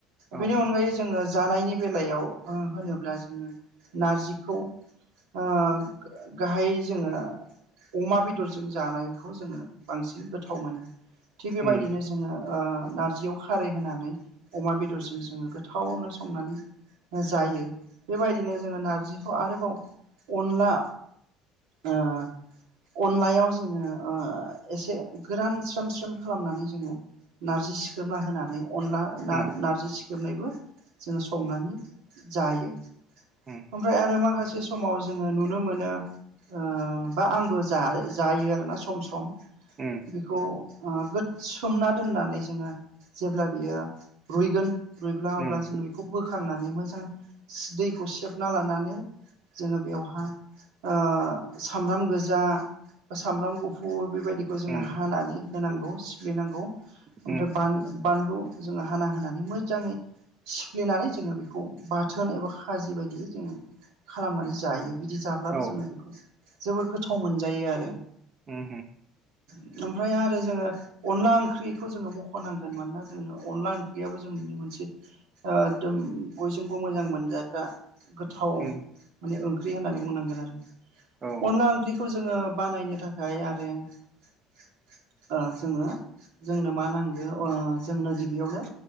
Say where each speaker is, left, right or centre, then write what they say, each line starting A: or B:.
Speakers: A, on the right (about 25°); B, on the right (about 85°).
A: औ
B: बेनि अनगायै जोङो जानायनि बेलायाव होनोब्ला जोङो नारजिखौ ओ गाहाय जोङो अमा बेदरजों जानायखौ जोङो बांसिन गोथाव मोनो। थिग बेबायदिनो
A: उम
B: जोङो ओ नारजियाव खारै होनानै अमा बेदरजों जोङो गोथावनो संनानै जायो बेबायदिनो जोङो नारजिखौ आरोबाव अनला ओ अनलायाव जोङो एसे ओ गोरान स्रोम स्रोम खालामनानै जोङो नारजि सिख्रेबना होनानै अनला ना
A: उम
B: नारजि सिखेबनायबो जोङो संनानै जायो।
A: उम
B: ओमफ्राय आरो माखासे समाव जोङो नुनो मोनो ओ बा आंबो जायो आरोना सम सम
A: उम
B: बेखौ ओ गो सोमना दोननानै जोङो जेब्ला बियो रुइगोन रुइब्ला अब्ला
A: उम
B: जों बेखौ बोखांनानै मोजां दैखौ सेबना लानानै जोङो बेवहा ओ सामब्राम गोजा ब सामब्राम गुफुर बेबायदिखौ जोङो
A: उम
B: हानानै होनांगौ सिफ्लेनांगौ ओमफ्राय
A: उम
B: बानलु जोङो हाना होनानै मोजाङै सिफ्लेनानै जोङो बेखौ बाथोन एबा खाजि बायदि बिदि जोङो खालामनानै जायो बिदि जाब्लाबो
A: औ
B: जोङो बेखौ जोबोद गोथाव मोनजायो आरो।
A: उम
B: ओम ओमफ्राय आरो जोङो अनला ओंख्रिखौ जोङो मख'नांगोन मानोना जोङो अनला ओंख्रियाबो जों नुनो मोनो मोनसे आदम बयजोंबो मोजां मोनजाग्रा गोथाव
A: उम
B: माने ओंख्रि होननानै बुंनांगोन आरो
A: औ
B: अनला ओंख्रिखौ जोङो बानायनो थाखाय आरो ओ जोङो जोंनो मा नांगौ ओ जोंनो गिबियावनो